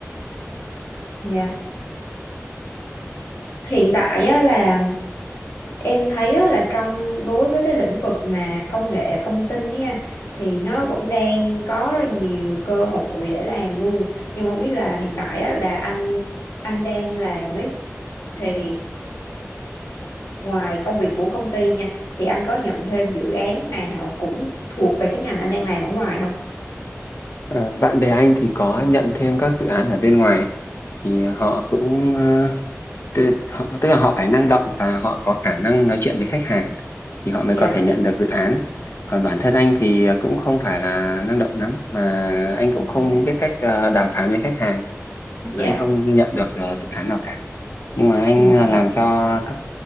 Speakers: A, on the left; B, on the left.
A: nha hiện tại á là em thấy á là trong đối với cái lĩnh vực mà công nghệ thông tin nha thì nó vẫn đang có rất nhiều cơ hội để làm luôn nhưng mà không biết là hiện tại á là anh anh đang làm ấy thì ngoài công việc của công ty nha thì anh có nhận thêm dự án nào cũng thuộc về cái ngành anh đang làm ở ngoài không
B: Ờ, bạn bè anh thì có nhận thêm các dự án ở bên ngoài ấy. thì họ cũng ờ, tức, họ, tức là họ phải năng động và họ có khả năng nói chuyện với khách hàng thì họ mới
A: dạ
B: có thể nhận được dự án. Còn bản thân anh thì cũng không phải là năng động lắm mà anh cũng
A: dạ
B: không biết cách ờ, đàm phán với khách hàng.
A: dạ
B: Anh không nhận được ờ, dự án nào cả. Nhưng mà anh
A: ừ.
B: ờ, làm cho các